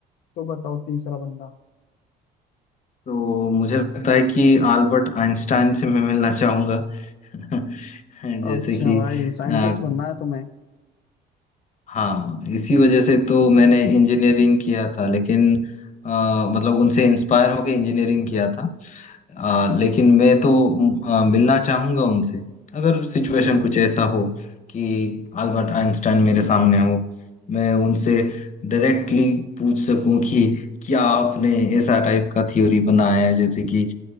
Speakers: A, on the left; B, on the left.
A: तो बताओ तीसरा बंदा
B: तो मुझे लगता है कि अल्बर्ट आइंस्टाइन से मैं मिलना चाहूंगा <laughs> जैसे
A: अच्छा
B: कि
A: भाई साइंटिस्ट
B: अ,
A: बनना है तुम्हें
B: हाँ इसी वजह से तो मैंने इंजीनियरिंग किया था लेकिन आ, मतलब उनसे इंस्पायर होके इंजीनियरिंग किया था आ, लेकिन मैं तो आ, मिलना चाहूंगा उनसे अगर सिचुएशन कुछ ऐसा हो कि अल्बर्ट आइंस्टाइन मेरे सामने हो मैं उनसे डायरेक्टली पूछ सकूं कि क्या आपने ऐसा टाइप का थ्योरी बनाया है जैसे कि